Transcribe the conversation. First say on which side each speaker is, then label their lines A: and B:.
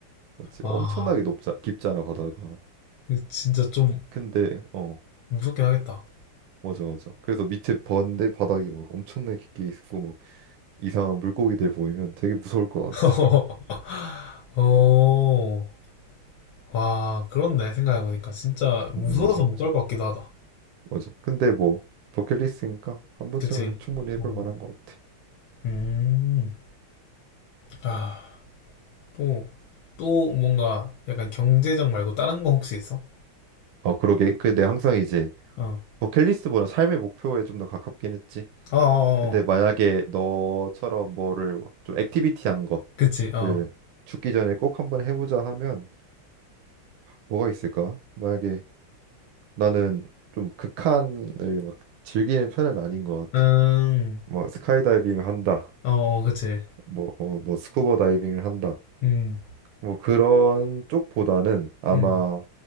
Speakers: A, on the right; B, on the left.
A: 맞지?
B: 아
A: 엄청나게 높자, 깊잖아, 바다가.
B: 진짜 좀
A: 근데, 어,
B: 무섭긴 하겠다.
A: 맞아, 맞아. 그래서 밑에 번데 바닥이 막 엄청나게 깊게 있고, 막 이상한 물고기들 보이면 되게 무서울 것
B: <laughs>
A: 같아.
B: 어. 와, 그렇네. 생각해보니까. 진짜 무서워서
A: 음, 맞아, 맞아.
B: 못 갈 것 같기도 하다.
A: 맞아. 근데 뭐, 버킷리스트니까 한 번쯤은
B: 그치?
A: 충분히 해볼
B: 어.
A: 만한 것 같아.
B: 음. 아, 또, 또 뭔가 약간 경제적 말고 다른 거 혹시 있어?
A: 어, 그러게. 근데 항상 이제
B: 어.
A: 버킷리스트보다 삶의 목표에 좀 더 가깝긴 했지.
B: 어, 어, 어.
A: 근데
B: 어.
A: 만약에 너처럼 뭐를 좀 액티비티한
B: 그치,
A: 거를
B: 어.
A: 죽기 전에 꼭 한번 해보자 하면 뭐가 있을까? 만약에 나는 좀 극한을 막 즐기는 편은 아닌 것 같아.
B: 음,
A: 뭐 스카이다이빙을 한다,
B: 어, 어, 그치.
A: 뭐, 뭐, 뭐 스쿠버 다이빙을 한다,
B: 음,
A: 뭐 그런 쪽보다는 아마
B: 음.